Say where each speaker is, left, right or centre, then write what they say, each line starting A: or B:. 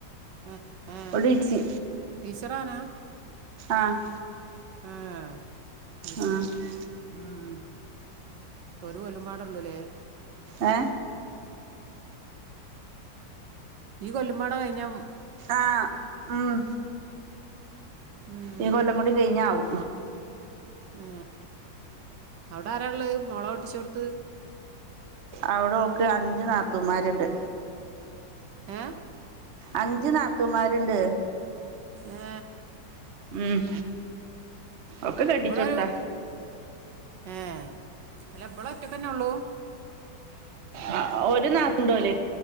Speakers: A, on the right (about 70°); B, on the right (about 45°).
A: ഏ ഏ
B: ഒടിച്ചി
A: ടീച്ചറാവാനാ
B: ആഹ്
A: ആഹ് അത്
B: ആ
A: ശരി ഉം ഇപ്പൊ ഒരു കൊല്ലുംപാടുള്ളൂല്ലേ
B: ഏ
A: ഈ കൊല്ലമ്പാടെ കഴിഞ്ഞ
B: ആഹ് ഉം
A: ഉം.
B: ഈ കൊല്ലംകുടി കഴിഞ്ഞാവും
A: ഏ അവിടെ ആരാള്ളെ മോളെ കെട്ടിച്ചോടുത്ത്
B: അവിടെ ഒക്കെ അഞ്ചു നാത്തൂമാരുണ്ട്
A: ഏ
B: അഞ്ചു നാത്തുമാരുണ്ട്
A: ഏ
B: ഉം ഒക്കെ കെട്ടി
A: ഇവിടെ
B: ച്ചൊട്ത്താ
A: ഒരു ഏ അല്ല ബള് ഒറ്റക്കന്നെ ഉള്ളൂ
B: ആ ഒരു നാത്തൂനോലെര്